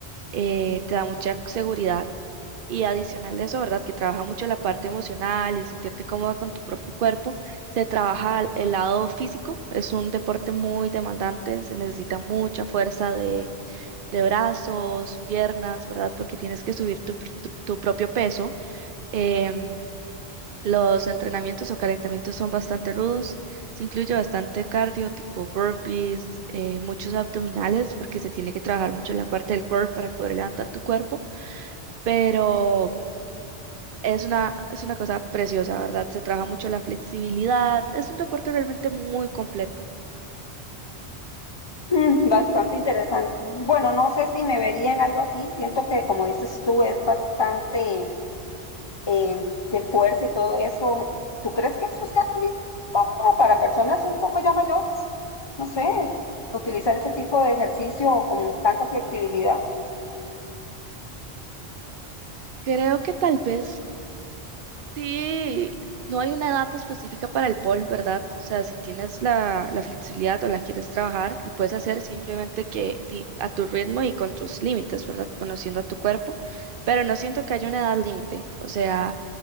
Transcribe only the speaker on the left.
Mm, Bastante interesante. Bueno, no sé si me vería en algo así. Siento que, como dices tú, es bastante em, de fuerza y todo eso, ¿tú crees que eso sea también como un poco para personas un poco ya mayores? No sé, utilizar ese tipo de ejercicio con tanta flexibilidad.